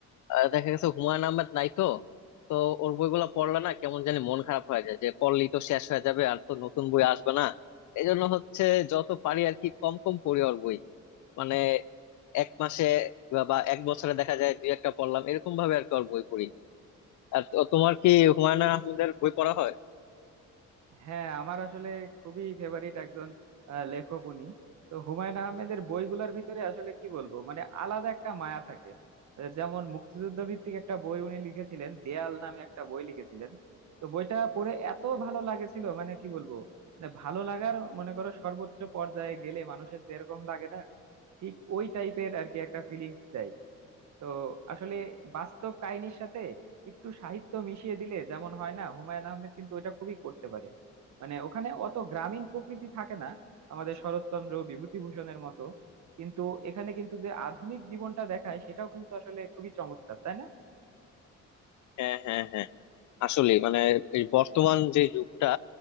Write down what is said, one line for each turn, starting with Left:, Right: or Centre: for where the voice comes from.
Left: আহ দেখা গেছে হুমায়ুন আহমেদ নাই তো তো ওর বইগুলা পড়লে না কেমন জানি মন খারাপ হয়ে যায় যে পড়লেই তো শেষ হয়ে যাবে আর তো নতুন বই আসবে না এই জন্য হচ্ছে যত পারি আর কি কম কম পড়ি ওর বই মানে এক মাসে বা বা এক বছরে দেখা যায় দুই একটা পড়লাম এরকম ভাবে আর কি ওর বই পড়ি আর তো- তোমার কি হুমায়ুন আহমেদের বই পড়া হয়
Right: হ্যাঁ আমার আসলে খুবই ফেভারিট একজন আহ, লেখক উনি তো হুমায়ুন আহমেদের বইগুলোর ভিতরে আসলে কি বলবো মানে আলাদা একটা মায়া থাকে আহ, যেমন মুক্তিযুদ্ধ ভিত্তিক একটা বই উনি লিখেছিলেন দেয়াল নামে একটা বই লিখেছিলেন তো বইটা পড়ে এত ভালো লাগেছিল মানে কি বলবো মানে ভালো লাগার মনে করো সর্বোচ্চ পর্যায়ে গেলে মানুষের যেরকম লাগে না ঠিক ওই টাইপের আর কি একটা ফিলিংস দেয় তো আসলে বাস্তব কাহিনীর সাথে একটু সাহিত্য মিশিয়ে দিলে যেমন হয় না হুমায়ুন আহমেদ কিন্তু ওটা খুবই করতে পারে মানে ওখানে অত গ্রামীণ প্রকৃতি থাকে না আমাদের শরৎচন্দ্র বিভূতিভূষণের মতো কিন্তু এখানে কিন্তু যে আধুনিক জীবনটা দেখায় সেটাও কিন্তু আসলে খুবই চমৎকার তাই না
Left: হ্যাঁ হ্যাঁ হ্যাঁ আসলে মানে এই বর্তমান যে যুগটা